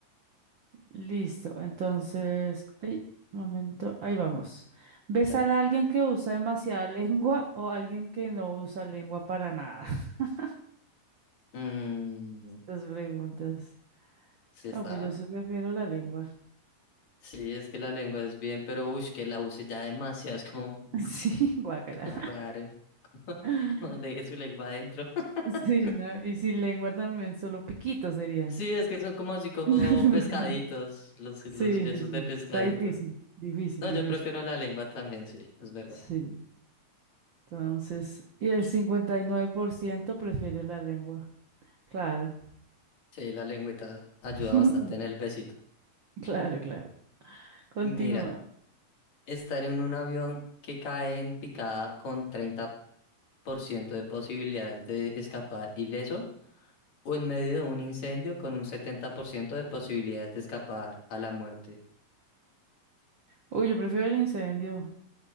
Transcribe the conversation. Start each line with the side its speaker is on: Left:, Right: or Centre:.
Right: Listo, entonces, ay, un momento, ahí vamos. Besar
Left: dale.
Right: a alguien que usa demasiada lengua o a alguien que no usa lengua para nada. <laughs>
Left: Mm,
Right: Estas preguntas.
Left: sí
Right: No,
Left: está.
Right: pues yo sí prefiero la lengua.
Left: Sí, es que la lengua es bien, pero uy, que la use ya demasiado, es como,
Right: <laughs> Sí, guácala.
Left: como raro. <laughs>
Right: <laughs>
Left: Como Deje su lengua adentro. <laughs>
Right: Sí, ¿no? Y sin lengua también, solo piquitos serían.
Left: Sí, es que son como así como
Right: <laughs>
Left: pescaditos, los,
Right: Sí,
Left: los besos
Right: sí, sí.
Left: de pescadito.
Right: Está difícil, difícil,
Left: No,
Right: difícil.
Left: yo prefiero la lengua también, sí, es verdad.
Right: Sí. Entonces, y el 59% prefiere la lengua. Claro.
Left: Sí, la lengüita ayuda
Right: <laughs>
Left: bastante en el besito.
Right: Claro, claro. Continúa.
Left: Mira, estar en un avión que cae en picada con treinta por ciento de posibilidades de escapar ileso o en medio de un incendio con un 70% de posibilidades de escapar a la muerte.
Right: Uy, yo prefiero el incendio,